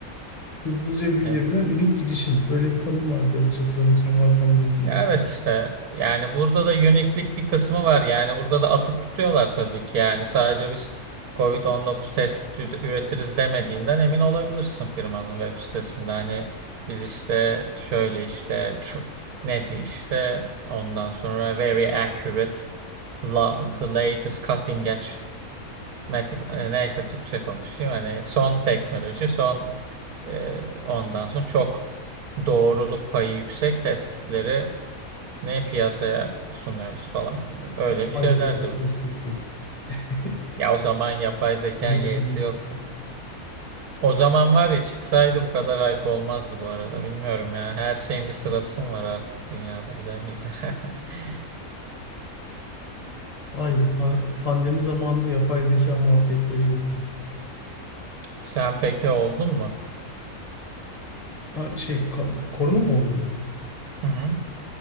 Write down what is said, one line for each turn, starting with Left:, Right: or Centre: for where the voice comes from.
Left: hızlıca büyüyebilen
Right: Evet.
Left: ünik girişim. Böyle bir tanım vardı yanlış hatırlamıyorsam Y Combinator'da.
Right: Ya evet işte yani burada da uniklik bir kısmı var. Yani burada da atıp tutuyorlar tabii ki. Yani sadece biz Covid-19 test kiti üde- üretiriz demediğinden emin olabilirsin firmanın web sitesinde. Hani biz işte şöyle işte tr- ne diyor işte ondan sonra very accurate la- the latest cutting edge meti- e, neyse Türkçe konuşayım. Hani son teknoloji son e, ondan sonra çok doğruluk payı yüksek test kitleri ne piyasaya sunuyoruz falan gibi. Öyle
Left: Yapay
Right: bir şeyler
Left: zeka
Right: diyordur.
Left: destekli. <laughs>
Right: Ya o zaman yapay zekanın
Left: O zaman.
Right: yeğsi yoktu. O zaman var ya çıksaydı bu kadar hype olmazdı bu arada. Bilmiyorum ya. Her şeyin bir sırası mı var artık dünyada bilemiyorum. <laughs>
Left: Vay be pa- pandemi zamanında yapay zeka muhabbetleri yoktu.
Right: Sen peki oldun mu?
Left: Ha, şey ka- korona mı oldum mu?
Right: Hı hı.